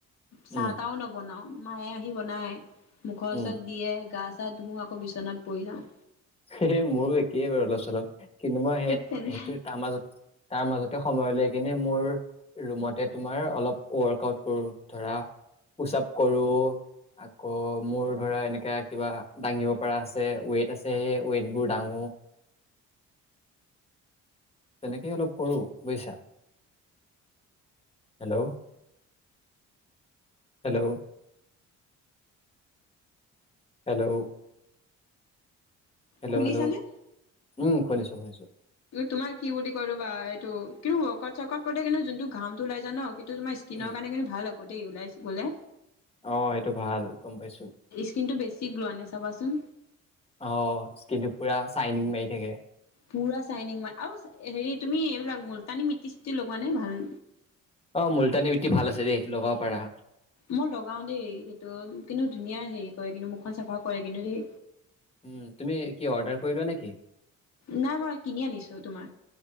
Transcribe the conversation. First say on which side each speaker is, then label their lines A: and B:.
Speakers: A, on the left (about 60°); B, on the left (about 20°).
A: চাহ
B: উম
A: তাহও নবনাও মায়ে আহি বনায়। মুখৰ
B: উম
A: ওচৰত দিয়ে গাছ <unintelligible> আকৌ বিচনাত পৰি যাওঁ
B: সে মোৰো একেই বাৰু অলপ চলপ কিন্তু মই সেই সেইটো
A: তেনে
B: তাৰ মাজত তাৰ মাজতে সময় ল কিনে মোৰ ৰুমতে তোমাৰ অলপ ৱৰ্ক আউট কৰো ধৰা পুচ-আপ কৰো আকৌ মোৰ ধৰা এনেকাে কিবা দাঙিব পৰা আছে ৱেইট আছে। স সে ওৱেইটবোৰ ডাঙো তেনেকেই অলপ কৰো বুজিছা, hello hello hello. Hello,
A: শুনিছানে?
B: hello উম, শুনিছ শুনিছোঁ।
A: তোমাৰ কি বুলি কয় ৰ'বা এইটো কিন্তু মৰ্কত চৰ্কত গ'লে কিন্তু যোনটো ঘামটো ওলাই যায় ন'। সেটো তোমাৰ স্কিনৰ
B: উম
A: কাৰণে কিন্ত ভাল হক গ দেই ওলাইছো ব'লে
B: অ সেইটো ভাল গম পাইছো
A: স্কিনটো বেছি গ্লো আনে চাবাচোন।
B: অ', স্কিনটো পুৰা চাইনিং মাৰি থাকে।
A: পুৰা চাইনিং মান আৰু হেৰি তুমি এইবিলাক মলতানী মিটি-চিটি লগোৱা নাই ভাল
B: অ', মুলতানী মিট্টি ভাল আছে দেই, লগাব পাৰা।
A: মই লগাও দেই সেইটো কিন্তু ধুনীয়া হেৰি কৰে কিন্তু মুখখন চাফা কৰে কিন্তু দেই।
B: উম, তুমি কি অৰ্ডাৰ কৰি লোৱা নেকি?
A: নাই মই কিনি আনিছো তোমাৰ।